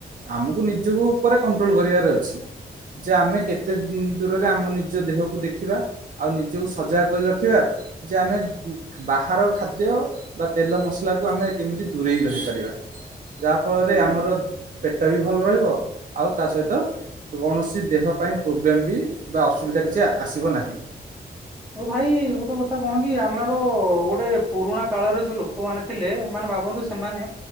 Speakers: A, on the right; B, in the centre.
A: ଆମକୁ ନିଜକୁ ଉପରେ କଣ୍ଟ୍ରୋଲ କରିବାର ଅଛି। ଯେ ଆମେ କେତେ ଦୂରରେ ଆମ ନିଜ ଦେହକୁ ଦେଖିବା। ଆଉ ନିଜକୁ ସଜାଗ କରି ରଖିବା। ଯେ ଆମେ ବାହାର ଖାଦ୍ୟ ବା ତେଲ ମସଲାକୁ ଆମେ କେମିତି ଦୂରେଇ ରହିପାରିବା। ଯାହା ଫଳରେ
B: ହୁଁ।
A: ଆମର ପେଟ ବି ଭଲ ରହିବ ଆଉ ତା ସହିତ କୌଣସି ଦେହ ପାଇଁ ପ୍ରୋବ୍ଲେମ ବି ବା ଅସୁବିଧା କିଛି ଆସିବ ନାହିଁ।
B: ଓ ଭାଇ ଗୋଟେ କଥା କଣ କି ଆମର ଗୋଟେ ପୁରୁଣା କାଳରେ ଯୋଉ ଲୋକମାନେ ଥିଲେ ମାନେ ଭାବନ୍ତୁ ସେମାନେ